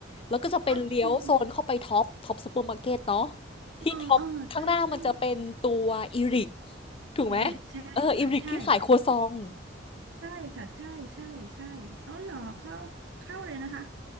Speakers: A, on the left (about 30°); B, on the right (about 70°).
A: แล้วก็จะเป็นเลี้ยวโซนเข้าไปท็อปท็อปซูเปอร์มาร์เก็ตเนาะ
B: อ๋อจริง
A: ที่ท็อปข้างหน้ามันจะเป็นตัวอีริก
B: เออเออใช่ใช่
A: ถูกไหม
B: ฮิริกใช่ค่ะใช่
A: เอออีริกที่ขายครัวซอง
B: ใช่ค่ะใช่ใช่ ใช่เอาเหรอเข้าเข้าเลยนะคะ